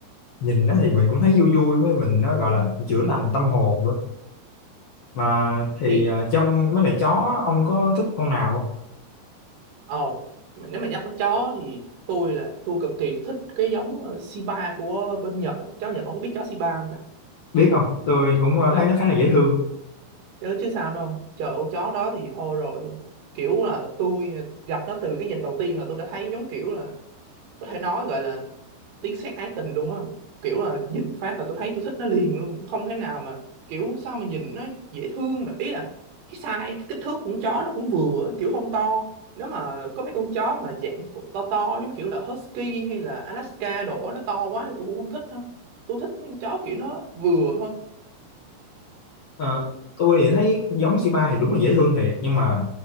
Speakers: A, on the left; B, on the right.
A: nhìn nó thì mình cũng thấy vui vui với mình nó gọi là chữa lành tâm hồn nữa mà thì
B: thì
A: ờ, trong mấy lại chó ông có thích con nào không
B: ồ mà nếu mà nhắc tới chó thì tôi là tôi cực kỳ thích cái giống ờ, Shiba của bên Nhật á. chó Nhật không có biết chó Shiba không ta
A: biết không tôi cũng ờ,
B: trời
A: thấy nó khá là dễ thương
B: chứ chứ sao nữa không trời con chó đó thì thôi rồi luôn kiểu là tôi gặp nó từ cái nhìn đầu tiên là tôi đã thấy giống kiểu là có thể nói gọi là tiếng sét ái tình luôn á kiểu là nhìn phát là tôi thấy tôi thích nó liền luôn không thể nào mà kiểu sao mà nhìn nó dễ thương mà ý là cái size cái kích thước của con chó nó cũng vừa á, kiểu không to nếu mà có mấy con chó mà dạng thuộc to to giống kiểu là husky hay là Alaska đổ nó to quá thì tôi cũng không thích đâu tôi thích mấy con chó kiểu nó vừa thôi
A: Ờ, tôi thì thấy giống c ba thì đúng là dễ thương thiệt nhưng mà